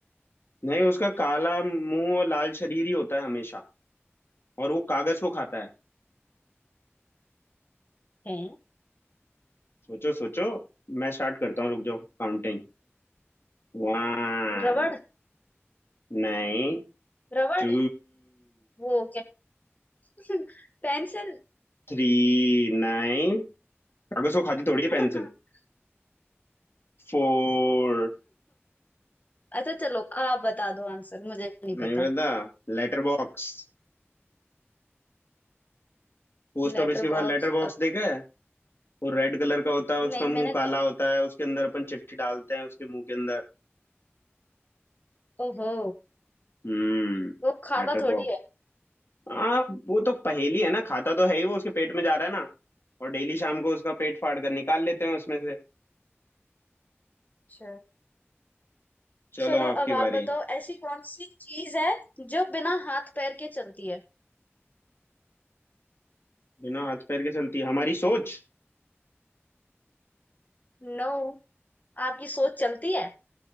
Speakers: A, on the left; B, on the left.
A: नहीं उसका काला मुंह और लाल शरीर ही होता है हमेशा और वो कागज को खाता है
B: है
A: सोचो सोचो मैं स्टार्ट करता हूँ रुक जाओ counting One
B: रबड़
A: nine
B: रबड़
A: two
B: वो क्या <laughs> पेंसिल
A: three nine कागज को खाती थोड़ी
B: <laughs>
A: है पेंसिल फोर
B: अच्छा चलो आप बता दो आंसर मुझे नहीं
A: नहीं
B: पता
A: पता Letter box पोस्ट
B: Letter
A: ऑफिस के बाहर
B: box
A: लेटर बॉक्स देखा वो रेड कलर का होता है
B: नहीं
A: उसका मुंह
B: मैंने
A: काला होता है उसके अंदर अपन चिट्ठी डालते हैं उसके मुंह के अंदर
B: ओहो
A: हम्म
B: वो खाता
A: Letter
B: थोड़ी
A: box
B: है
A: हाँ वो तो पहेली है ना खाता तो है ही वो उसके पेट में जा रहा है ना और डेली शाम को उसका पेट फाड़ कर निकाल लेते हैं उसमें से
B: अच्छा
A: चलो
B: चलो
A: आपकी
B: अब आप
A: बारी
B: बताओ ऐसी कौन सी चीज है जो बिना हाथ पैर के चलती है
A: बिना हाथ पैर के चलती है हमारी सोच
B: नो आपकी सोच चलती है